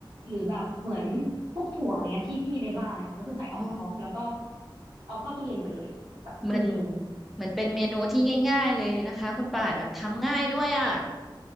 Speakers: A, on the right (about 70°); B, in the centre.
A: หรือแบบเหมือนพวกถั่วอะไรเงี้ยที่ที่มีในบ้านเลยค่ะก็คือใส่ออนท็อปแล้วก็
B: อ๋อ
A: เอาเข้าตู้เย็นไปเลยแบบคืนหนึ่ง
B: เหมือนเหมือนเป็นเมนูที่ง่ายๆเลยนะคะคุณป่านแบบทำง่ายด้วยอ่ะ